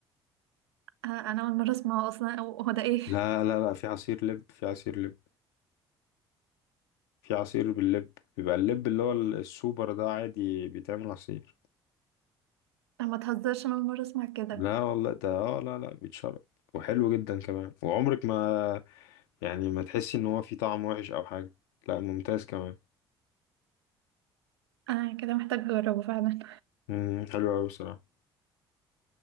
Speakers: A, on the right; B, on the left.
A: آه انا اول مرة اسمعه اصلا أو هو ده ايه؟
B: لا لا لا في عصير لب في عصير لب في عصير باللب بيبقى اللب اللي هو السوبر ده عادي بيتعمل عصير
A: انا ما تهزرش انا اول مرة اسمع كده
B: لا والله ده اه لا لا بيتشرب وحلو جدا كمان وعمرك ما يعني ما تحسي ان هو فيه طعم وحش او حاجة لا ممتاز كمان
A: انا كده محتاج اجربه فعلا
B: امم حلو قوي بصراحة